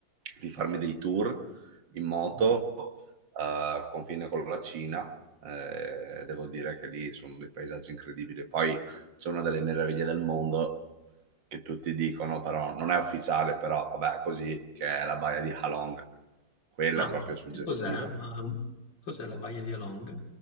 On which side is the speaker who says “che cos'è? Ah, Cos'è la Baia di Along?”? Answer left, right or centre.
Left